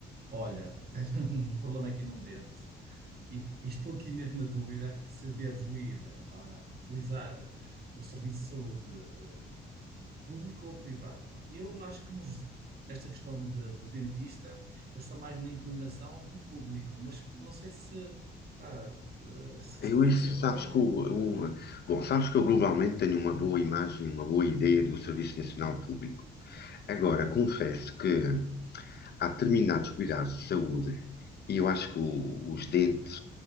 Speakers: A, on the right; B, on the left.
A: olha, <laughs> tenho um problema aqui num dente. E estou aqui mesmo na dúvida se devo ir a utilizar o serviço de saúde eh, público ou privado. Pá, Eu acho que nos- nesta questão de- do dentista, eu estou mais na inclinação do público, mas que não sei se, pá, eh, se
B: Eu
A: estou a
B: isso,
A: fazer bem.
B: sabes que o, o- bom, sabes que eu globalmente tenho uma boa imagem, uma boa ideia do Serviço Nacional Público. Agora, confesso que há determinados cuidados de saúde e eu acho que o- os dentes,